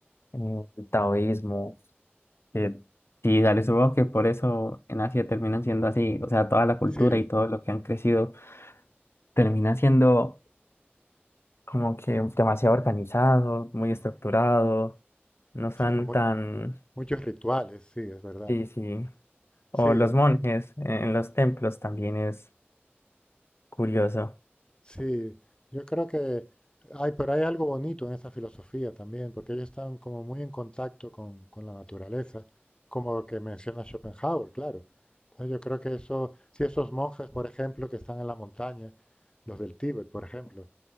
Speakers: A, on the left; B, on the left.
A: eh, el taoísmo. Eh, sí, dale, supongo que por eso en Asia terminan siendo así, o sea, toda la cultura
B: Sí,
A: y todo lo que han crecido termina siendo como que demasiado organizado, muy estructurado, no son
B: sí, con mu-
A: tan,
B: muchos rituales, sí, es verdad.
A: sí, sí, o
B: Sí,
A: los monjes eh, en los templos también es curioso.
B: Sí, yo creo que hay, pero hay algo bonito en esa filosofía también, porque ellos están como muy en contacto con, con la naturaleza, como lo que menciona Schopenhauer, claro. Entonces yo creo que eso, si esos monjes, por ejemplo, que están en la montaña, los del Tíbet, por ejemplo,